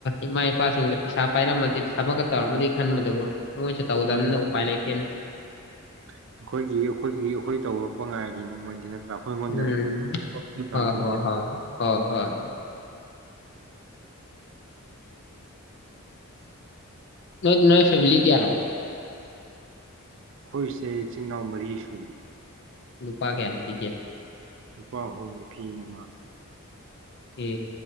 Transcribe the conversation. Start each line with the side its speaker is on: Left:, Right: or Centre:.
Left: ꯏꯃꯥ ꯏꯄꯥꯁꯤꯡꯁꯦ ꯄꯩꯁꯥ ꯄꯥꯏꯔꯝꯃꯗꯤ ꯊꯕꯛꯀ ꯇꯧꯔꯝꯃꯗꯤ ꯈꯟꯕꯗꯀꯣ ꯃꯣꯏꯁꯨ ꯇꯧꯗꯕꯅꯤꯅ
Right: ꯃꯥꯅꯤ ꯑꯩꯈꯣꯏꯒꯤ
Left: ꯎꯄꯥꯏ ꯂꯩꯇꯦꯅꯦ
Right: ꯑꯩꯈꯣꯏꯒꯤ ꯑꯩꯈꯣꯏ ꯇꯧꯔꯛꯄ ꯉꯥꯏ ꯅꯤ ꯃꯣꯏꯗꯤ ꯅꯠ ꯑꯩꯈꯣꯏ ꯑꯩꯉꯣꯟꯗ
Left: ꯎꯝ
Right: ꯑꯣ ꯐꯝꯃꯤꯅꯦꯕ
Left: ꯍꯣꯏ ꯍꯣꯏ ꯍꯣꯏ ꯍꯣꯏ ꯍꯣꯏ ꯅꯣꯏ ꯅ ꯐꯦꯃꯥꯂꯤ ꯀꯌꯥꯅꯣ
Right: ꯑꯩꯈꯣꯏꯁꯦ ꯏꯆꯤꯜ ꯏꯅꯥꯎ ꯃꯔꯤ ꯁꯨꯏ
Left: ꯅꯨꯄꯥ ꯀꯌꯥ ꯅꯨꯄꯤ ꯀꯌꯥ
Right: ꯅꯨꯄꯥ ꯑꯍꯨꯝ ꯅꯨꯄꯤ ꯑꯃ
Left: ꯑꯣ